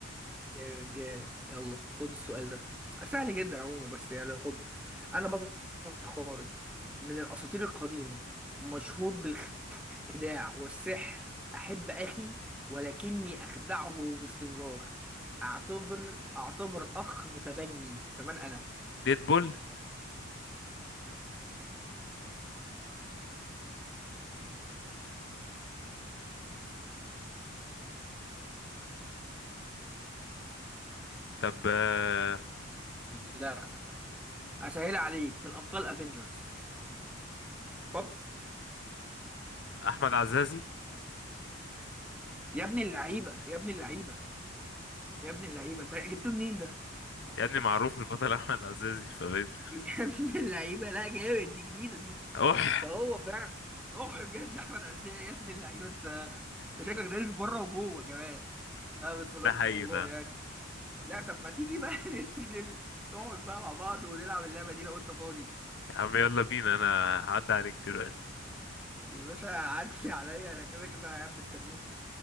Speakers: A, in the centre; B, on the left (about 55°).
A: يلا خد السؤال ده سهل جدا عموما بس يلا خده انا بطل خارق من الاساطير القديمه مشهور بالخداع والسحر احب اخي ولكني اخدعه باستمرار اعتبر اعتبر اخ متبني فمن انا
B: ديدبول طب آه،
A: لا هسهل عليك من ابطال افنجرز فك
B: احمد عزازي
A: يا ابن اللعيبه يا ابن اللعيبه يا ابن اللعيبه انت جبتوه منين ده
B: يا ابني معروف البطل احمد عزازي في افنجرز
A: <laughs> يا ابن اللعيبه لا جامد دي جديده دي
B: اوح
A: ده هو فعلا روح بجد احمد عزيز يا ابن اللعيبه انت انت شكلك دارس بره وجوه كمان اه بس والله
B: ده
A: ما
B: حقيقي
A: شاء الله
B: فاهم
A: يعني لا طب ما تيجي بقى <laughs> ننزل نقعد بقى مع بعض ونلعب اللعبه دي لو انت فاضي
B: يا عم يلا بينا انا هعدي عليك دلوقتي
A: يا باشا عدي عليا انا كده كده قاعد مستنيك